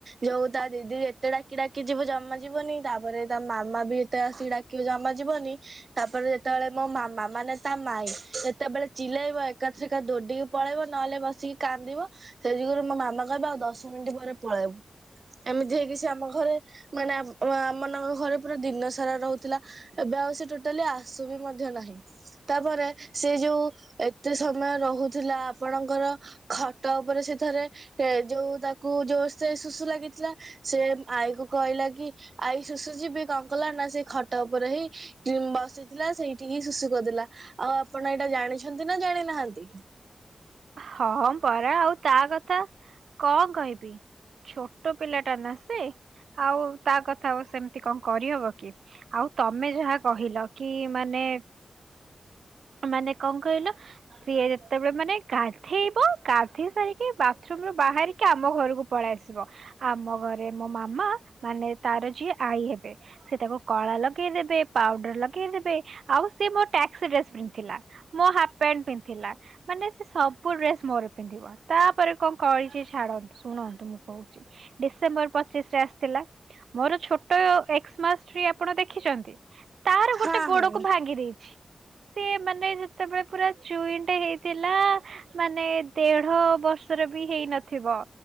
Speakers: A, on the right; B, on the right.
A: ଯୋଉ ତା ଦିଦି ଯେତେ ଡାକି ଡାକି ଯିବ ଜମା ଯିବନି ତାପରେ ତା ମାମା ବି ଯେତେ ଆସିକି ଡାକିବି ଜମା ଯିବନି। ତାପରେ ଯେତେବେଳେ ମୋ ମାମା ମାନେ ତା ମାଇଁ ଯେତେବେଳେ ଚିଲେଇବ ଏ ଏକା ଥରେକା ଦୌଡ଼ିକି ପଳେଇବ ନହେଲେ ବସିକି କାନ୍ଦିବ। ସେଇ ଯୋଗୁରୁ ମୋ ମାମା କହିବ ଆଉ ଦଶ ମିନିଟ୍ ପରେ ପଳେଇବୁ। ଏମିତି ହେଇକି ସେ ଆମ ଘରେ ମାନେ ଆମ ମାନଙ୍କ ଘରେ ପୁରା ଦିନ ସାରା ରହୁଥିଲା। ଏବେ ଆଉ ସେ ଟୋଟାଲି ଆସୁ ବି ମଧ୍ୟ ନାହିଁ। ତାପରେ ସେ ଯୋଉ ଏତେ ସମୟ ରହୁଥିଲା ଆପଣଙ୍କର। ଖଟ ଉପରେ ସେ ଥରେ ଏ ଯୋଉ ତାକୁ ଯୋଉ ସେ ସୁସୁ ଲାଗି। ଥିଲା ସେ ଆଈକୁ କହିଲା କି ଆଈ ସୁସୁ ଯିବି କଣ କଲା ନା ସେ ଖଟ ଉପରେ ହିଁ। ଯିମ ବସିଥିଲା ସେଇଠି ହିଁ ସୁସୁ କରିଦେଲା। ଆଉ ଆପଣ ଏଟା ଜାଣିଛନ୍ତି ନାଁ ଜାଣିନାହାଁନ୍ତି।
B: ହଁ ହଁ ପରା ଆଉ ତା କଥା କଣ କହିବି। ଛୋଟ ପିଲାଟା ନା ସେ ଆଉ ତା କଥା ଆଉ ସେମିତି କଁ କରିହବ କି। ଆଉ ତମେ ଯାହା କହିଲ କି ମାନେ। ମାନେ କଣ କହିଲ ସିଏ ଯେତେବେଳେ ମାନେ ଗାଧେଇବ ଗାଧେଇ ସାରିକି ବାଥରୁମରୁ ବାହାରିକି ଆମ ଘରକୁ ପଳେଇ ଆସିବ। ଆମ ଘରେ ମୋ ମାମା ମାନେ ତାର ଯିଏ ଆଈ ହେବେ। ସେ ତାକୁ କଳା ଲଗେଇ ଦେବେ। ପାଉଡ଼ର ଲଗେଇ ଦେବ। ଆଉ ସେ ମୋ ଟାସ୍କ ଡ୍ରେସ ପି ଥିଲା। ମୋ ହାଫ୍ ପ୍ୟାଣ୍ଟ ପିନ୍ଧିଥିଲା। ମାନେ ସେ ସବୁ ଡ୍ରେସ ମୋର ପିନ୍ଧିବ। ତାପରେ କଣ କରିଚି ଛାଡ଼ ଶୁଣନ୍ତୁ ମୁଁ କହୁଚି, ଡିସେମ୍ବର ପଚିଶ ରେ ଆସିଥିଲା। ମୋର ଛୋଟ ଏକ୍ସମାସ ଟ୍ରି ଆପଣ ଦେଖିଛନ୍ତି? ତାର
A: ହଁ
B: ଗୋଟେ ଗୋଡ଼କୁ
A: ହଁ।
B: ଭାଙ୍ଗି ଦେଇଛି। ସିଏ ମାନେ ଯେତେବେଳେ ପୁରା ଚୁଇଁଟେ ହେଇଥିଲା ମାନେ ଦେଢ଼ ବର୍ଷର ବି ହେଇନଥିବ।